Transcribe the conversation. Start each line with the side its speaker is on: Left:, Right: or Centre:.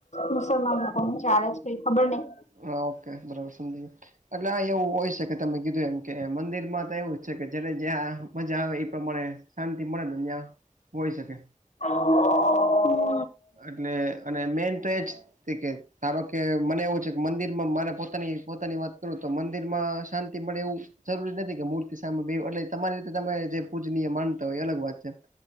Left: મુસલમાન લોકોનું ચાલ છ કઈ ખબર નહ.
Right: હા ઓકે બરોબર સમજી ગયો. એટલે આ એવું હોય છે કે તમે કીધું એમ કે મંદિર માં તો એવું જ છે કે જને જ્યાં મજા આવે એ પ્રમાણે શાંતિ મળે ને નિયાં હોય શકે.
Left: હમ <unintelligible>
Right: એટલે અને મેન તો એ જ એ છે કે ધારો કે મને એવું છે કે મંદિરમાં મારે પોતાની પોતાની વાત કરું તો મંદિર માં શાંતિ મળે એવું. જરૂરી નથી કે મૂર્તિ સામે બેવુ એટલે તમારી રીતે તમે જે પૂજનીય માનતા હોય એ અલગ વાત છે.